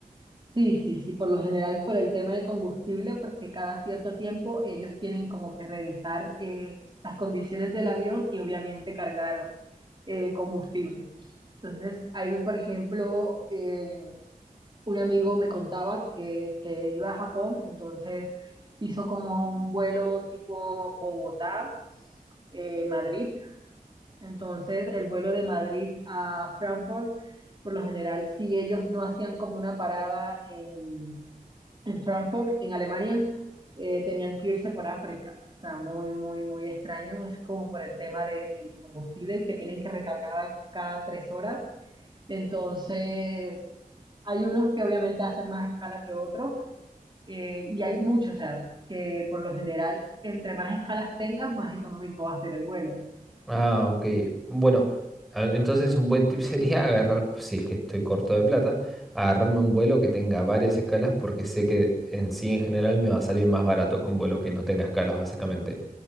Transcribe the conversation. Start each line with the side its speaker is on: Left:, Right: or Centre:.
Right: Sí, sí, sí, por lo general es por el tema de combustible, porque cada cierto tiempo ellos tienen como que revisar eh, las condiciones del avión y obviamente cargar eh, combustible. Entonces, ahí, por ejemplo, eh, un amigo me contaba que, que iba a Japón, entonces hizo como un vuelo tipo Bogotá, eh, Madrid. Entonces, el vuelo de Madrid a Frankfurt, por lo general, si ellos no hacían como una parada en en Frankfurt, en Alemania, eh, tenían que irse por África. O sea, muy, muy, muy extraño. Es como por el tema de- del combustible que tienen que recargar a cada tres horas. Entonces, hay unos que obviamente hacen más escala que otros eh, y hay muchos, o sea, que por lo general, entre más escalas tengas, más económico va a ser el vuelo.
Centre: Ah, ok. Bueno, a- entonces un buen tip <laughs> sería agarrar, si es que estoy corto de plata, agarrarme un vuelo que tenga varias escalas porque sé que en sí en general me va a salir más barato que un vuelo que no tenga escalas, básicamente.